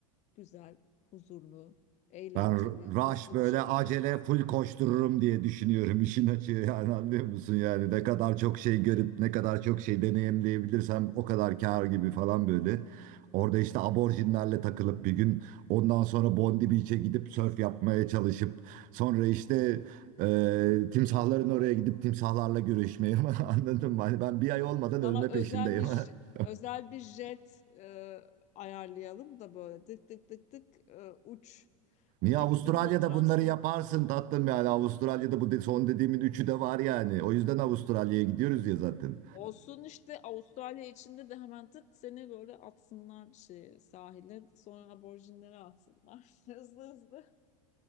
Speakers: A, on the left (about 40°); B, on the right (about 50°).
A: güzel, huzurlu, eğlenceli,
B: Ben rush
A: mutlu
B: böyle
A: bir şekilde.
B: acele full koştururum diye düşünüyorum <laughs> işin açığı yani anlıyor musun yani ne kadar çok şey görüp ne kadar çok şey deneyimleyebilirsem o kadar kâr gibi falan böyle. Orada işte aborjinlerle takılıp bir gün ondan sonra Bondi Beach'e gidip sörf yapmaya çalışıp sonra işte e, timsahların oraya gidip timsahlarla görüşmeye <laughs> anladın mı? Hani ben bir ay olmadan
A: Sana
B: ölme
A: özel
B: peşindeyim.
A: bir
B: <laughs>
A: j- özel bir jet e, ayarlayalım da böyle tık tık tık tık e, uç.
B: Niye
A: Öteki
B: Avustralya'da
A: türlü transport
B: bunları yaparsın tatlım yani Avustralya'da bu de- son dediğimin üçü de var yani. O yüzden Avustralya'ya gidiyoruz ya zaten.
A: olsun işte Avustralya içinde de hemen tık seni böyle atsınlar şeye, sahile sonra aborjinlere atsınlar. <laughs> Hızlı hızlı